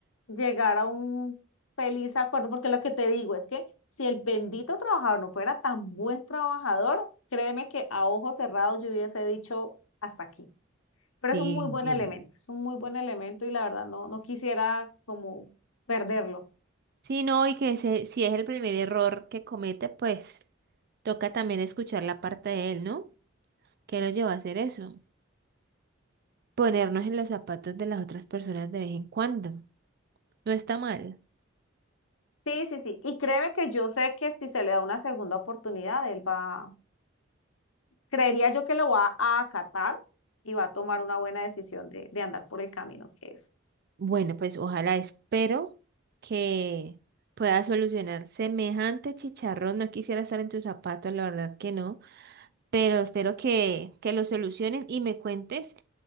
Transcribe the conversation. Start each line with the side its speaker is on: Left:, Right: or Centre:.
Left: llegar a un feliz acuerdo, porque lo que te digo es que si el bendito trabajador no fuera tan buen trabajador, créeme que a ojos cerrados yo hubiese dicho hasta aquí. pero
Right: Sí,
Left: es un muy
Right: entiendo.
Left: buen elemento, es un muy buen elemento y la verdad no, no quisiera como perderlo.
Right: Sí, no, y que ese- si es el primer error que comete, pues toca también escuchar la parte de él, ¿no? ¿Qué nos llevó a hacer eso? Ponernos en los zapatos de las otras personas de vez en cuando. No está mal.
Left: Sí, sí, sí. Y créeme que yo sé que si se le da una segunda oportunidad, él va, creería yo que lo va a acatar y va a tomar una buena decisión de, de andar por el camino que es.
Right: Bueno, pues ojalá espero que pueda solucionar semejante chicharrón. No quisiera estar en tus zapatos, la verdad que no, pero espero que, que lo solucionen y me cuentes.